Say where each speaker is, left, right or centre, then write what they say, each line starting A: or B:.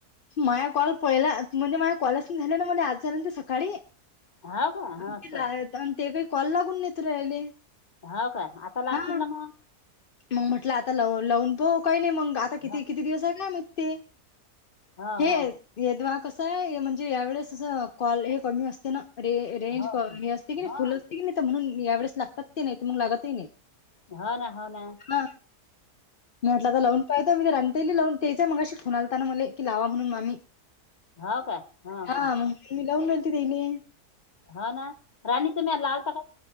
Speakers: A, on the left (about 50°); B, on the left (about 30°).
A: माझ कॉल पहिला, म्हणजे माझे कॉलच नाही झाले ना. महे आज नंत सकाळी.
B: हो का हो
A: ते
B: असं
A: ते काही कॉल लागून नाहीेत राहिले.
B: हाव काय? आता लागतील
A: हा
B: ना मग.
A: मग म्हटलं आताव लावून पाहु. काही नाही मग आता किती
B: हो
A: किती दिवस आहे का मिहीत ते.
B: हो
A: हे
B: हो
A: यदवा कसये. म्हणजे यावेळेस अस कॉल हे कमी असते ना. रे रेंज
B: हो
A: हे
B: का?
A: असते की नाही.
B: हो
A: फुल असते की नाही. त म्हणून या वेळेस लागतात ते. नाही त मग लागतही नाही.
B: होना, होना
A: हा मी म्हटलं आता लावून पाहायचं मी राणीताई ल लावून तेचय मगाशी मला फोन आलता ना मले कि लावा म्हणून मामी
B: हो का हो
A: हा
B: हो
A: मग मी लावून राेलते तेले
B: हा ना राणीचा तुम्ही लालता का